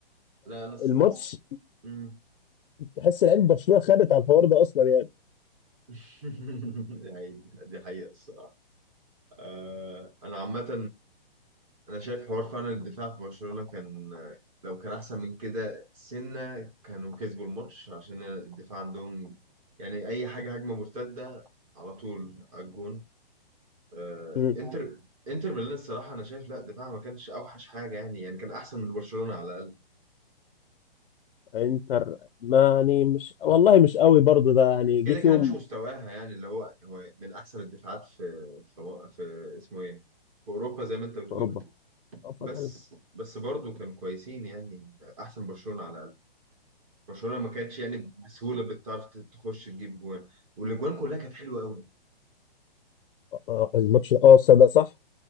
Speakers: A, on the right; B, on the left.
A: لا انا الص-
B: الماتش
A: الص- مم.
B: تحس لعيبه برشلونه خدت على الحوار ده اصلا يعني
A: <laughs> يعني دي حقيقة الصراحة آه، انا عامة انا شايف حوار فعلا الدفاع في برشلونة كان لو كان احسن من كده سنة كانوا كسبوا الماتش عشان الدفاع عندهم يعني اي حاجة هجمة مرتدة على طول على الجون آه
B: مم.
A: انتر انتر ميلان الصراحة انا شايف لا دفاعها ما كانش اوحش حاجة يعني يعني كان احسن من برشلونة على الاقل
B: انتر ما يعني مش والله مش قوي برضه ده يعني جه
A: كده
B: فيهم
A: كده مش مستواها يعني اللي هو هو من احسن الدفاعات في في, في اسمه ايه في اوروبا زي ما انت بتقول
B: في اوروبا اه فترة
A: بس بس برضو كانوا كويسين يعني احسن برشلونة على الاقل برشلونه ما كانتش يعني بسهوله بتعرف تخش تجيب جوان والاجوان كلها كانت حلوه قوي
B: آه، الماتش اه صدق صح